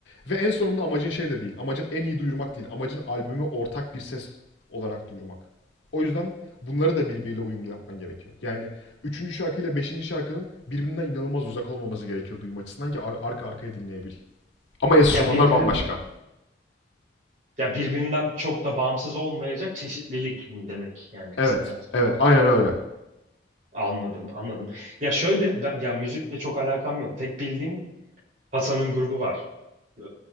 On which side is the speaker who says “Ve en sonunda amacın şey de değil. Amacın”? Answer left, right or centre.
Left